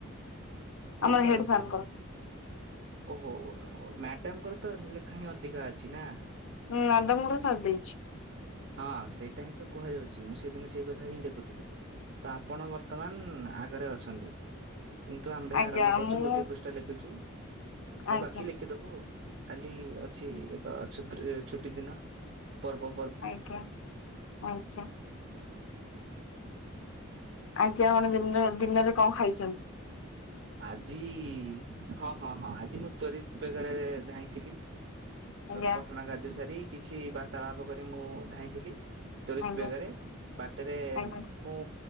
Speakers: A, on the right (about 55°); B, on the left (about 70°).
A: କୋଉ
B: ଆମର
A: ସାରଙ୍କର
B: ହେଡ ସାରଙ୍କ ର
A: ଓହୋ ମ୍ୟାଡାମଙ୍କର ତ ଲେଖା ହିଁ ଅଧିକା ଅଛି ନା।
B: ହୁଁ ମ୍ୟାଡାମଙ୍କର ସାରିଦେଇଛି।
A: ହଁ ସେଇଟା ହିଁ ତ କୁହାଯାଉଛି ମୁଁ ସେଇଦିନ ସେଇ କଥା ହିଁ ଦେଖୁଥିଲି। ତ ଆପଣ ବର୍ତ୍ତମାନ ଆଗରେ ଅଛନ୍ତି? କିନ୍ତୁ ଆମ୍ଭେ
B: ଆଜ୍ଞା
A: ଆରମ୍ଭ କରିଛୁ
B: ମୁଁ
A: ଗୋଟିଏ ପୃଷ୍ଠା ଲେଖିଛୁ ଆଉ
B: ଆଜ୍ଞା
A: ବାକି ଲେଖିଦବୁ ଆଉ। କାଲି ଅଛି ଏକ ଛୁତ୍ରୀ ଛୁଟି ଦିନ ପର୍ବ
B: ଆଜ୍ଞା ଆଜ୍ଞା। ଆଜ୍ଞା କଣ ଦିନ ଦିନରେ କଣ ଖାଇଛନ୍ତି?
A: ଆଜି ହଁ ହଁ ହଁ ଆଜି ମୁଁ ତ୍ବରିତ ବେଗରେ ଧାଇଁଥିଲି।
B: ଆଜ୍ଞା
A: ପଟଣା କାର୍ଯ୍ୟ ସାରି କିଛି ବାର୍ତ୍ତାଳାପ କରି ମୁଁ ଧାଇଁଥିଲି। ତ୍ବରିତ
B: ଆଜ୍ଞା
A: ବେଗରେ ବାଟରେ
B: ଆଜ୍ଞା
A: ମୁଁ